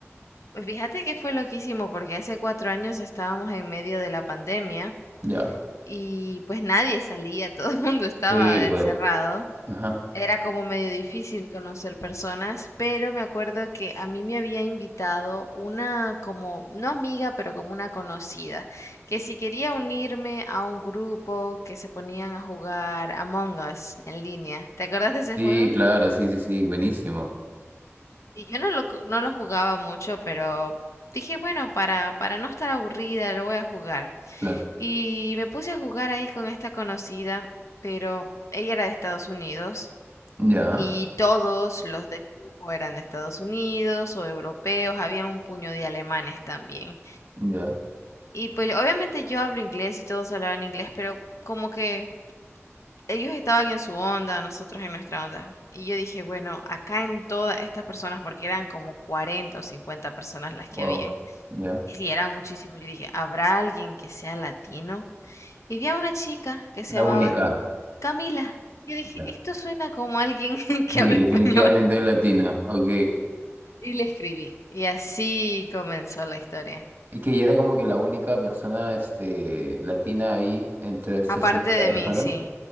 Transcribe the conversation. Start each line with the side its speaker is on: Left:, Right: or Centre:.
Left: Pues fíjate que fue loquísimo porque hace cuatro años estábamos en medio de la pandemia.
Right: Ya.
Left: Y pues nadie salía, <laughs> todo el mundo estaba
Right: Sí,
Left: encerrado.
Right: bueno. Ajá.
Left: Era como medio difícil conocer personas, pero me acuerdo que a mí me había invitado una como, no amiga, pero como una conocida, que si quería unirme a un grupo que se ponían a jugar Among Us en línea. ¿Te acordás de ese
Right: Sí,
Left: juego?
Right: claro, sí, sí, sí, buenísimo.
Left: Y yo no lo, co- no lo jugaba mucho, pero dije, bueno, para, para no estar aburrida, lo voy a jugar.
Right: Claro.
Left: Y me puse a jugar ahí con esta conocida, pero ella era de Estados Unidos
Right: Ya,
Left: y todos los del grupo eran de Estados Unidos o europeos, había un puño de alemanes también.
Right: ya,
Left: Y pues obviamente yo hablo inglés y todos hablaban inglés, pero como que ellos estaban en su onda, nosotros en nuestra onda. Y yo dije, bueno, acá en todas estas personas, porque eran como 40 o 50 personas las que
Right: wow,
Left: habían,
Right: ya.
Left: y sí, eran muchísimos, yo dije, ¿habrá alguien que sea latino? Y vi a una chica que se
Right: La
Left: llamaba
Right: única.
Left: Camila. Y yo dije,
Right: Ya.
Left: esto suena como alguien <laughs> que
Right: Sí,
Left: habla
Right: definitivamente
Left: español.
Right: es latina, ok.
Left: Y le escribí. Y así comenzó la historia.
Right: Y que ella era como que la única persona este, latina ahí entre estas
Left: Aparte
Right: 50
Left: de mí,
Right: personas.
Left: sí.